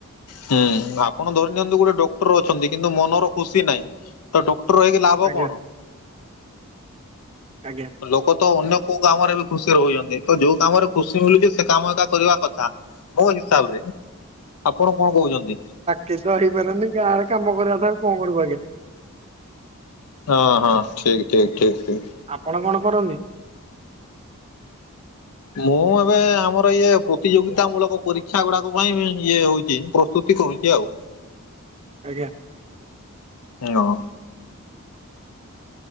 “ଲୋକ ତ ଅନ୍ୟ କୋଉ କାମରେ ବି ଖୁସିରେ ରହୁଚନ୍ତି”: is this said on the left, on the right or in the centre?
Left